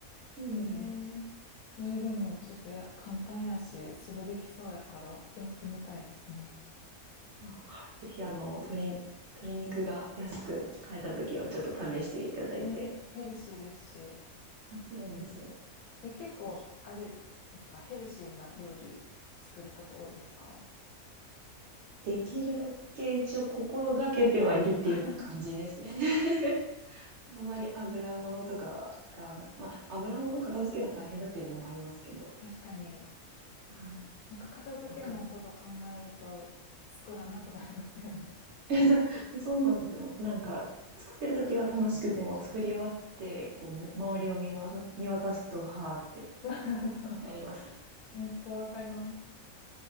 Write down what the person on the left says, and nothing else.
ええそれでもちょっとや、簡単やし、すぐできそうやからやってみたいですね。
ね、ヘルシーですし。
え、結構、
あれですか、ヘルシーな料理作ること多いですか
<laughs>
確かに、
なんか片付けのこと考えると作らなくなりますよね。
<laughs> そ
う。めっちゃわかります。